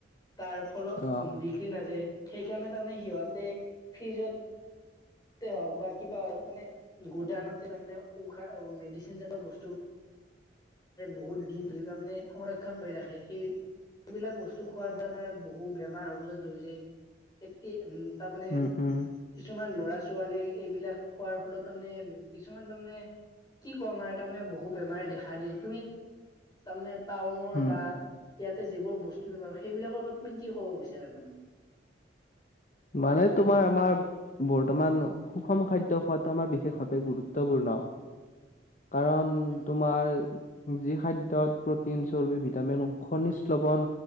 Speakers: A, on the left; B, on the left.
A: তাৰ ফলত
B: অ
A: উম, বিক্ৰী নাযায়, সেইকাৰণে তাৰমানে সিহঁতে ফ্ৰিজত হওক বা কিবা হে গুডান <unintelligible> তাৰে উশাহ মেডিচিনজাত বস্তু বহুত <inaudible> দিন ধ তাৰমানে সংৰক্ষণ কৰি ৰাখে, সেই সবিলাক বস্তু খোৱাৰ <unintelligible> ফ আমাৰ বহু বেমাৰ হবলৈ ধৰি, <unintelligible> যায় উ তাৰ মানে
B: উম উম
A: কিছুমান ল'ৰা ছোৱালী, এইবিলাক খোৱাৰ ফলত তাৰমানে, কিছুমান তাৰমানে, কি কম আৰু তাৰমানে বহু বেমাৰ দেখা দিয়ে। তুমি তাৰমানে, টাউনৰ
B: উম
A: বা ইয়াতে যিবোৰ বস্তু বেমাৰ, সেইবিলাকৰ তুমি কি ক'ব বিচাৰা তাৰমানে?
B: মানে তোমাৰ আমাৰ বৰ্তমান সুষম খাদ্য খোৱাাতটো আমাৰ বিশেষ ভাৱে গুৰুত্বপূৰ্ণ কাৰণ
A: উম
B: তোমাৰ যি খাদ্যত প্ৰটিন চৰ্বি, ভিটামিন, খনিজ লৱন